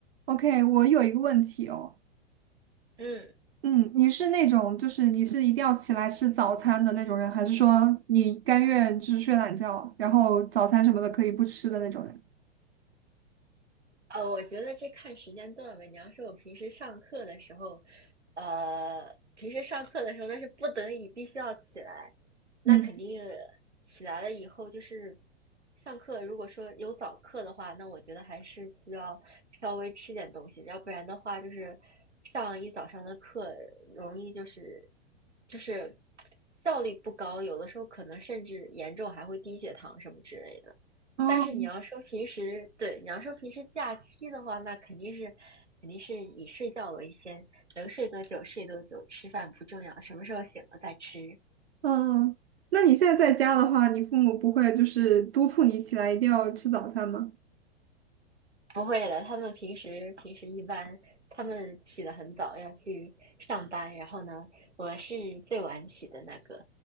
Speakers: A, on the right (about 65°); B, on the right (about 80°).
A: OK，我有一个问题哦，
B: 嗯，
A: 嗯，你是那种就是你是一定要起来吃早餐的那种人，还是说你甘愿就是睡懒觉，然后早餐什么的可以不吃的那种人？
B: 呃，我觉得这看时间段吧。你要说，我平时上课的时候，呃，平时上课的时候那是不得已必须要起来，那肯定
A: 嗯，
B: 起来了以后就是上课。如果说有早课的话，那我觉得还是需要稍微吃点东西，要不然的话就是上一早上的课容易就是就是效率不高，有的时候可能甚至严重还会低血糖什么之类的。
A: 哦，
B: 但是你要说平时，对，你要说平时假期的话，那肯定是肯定是以睡觉为先，能睡多久睡多久，吃饭不重要，什么时候醒了再吃。
A: 嗯，那你现在在家的话，你父母不会就是督促你起来一定要吃早餐吗？
B: 不会的，他们平时平时一般，他们起得很早，要去上班。然后呢，我是最晚起的那个。